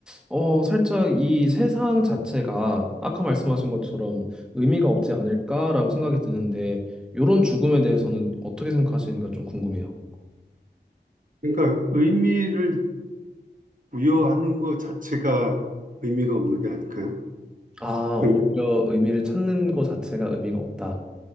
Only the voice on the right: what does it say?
그러니까 의미를 부여하는 것 자체가 의미가 없는 게 아닐까요?
그,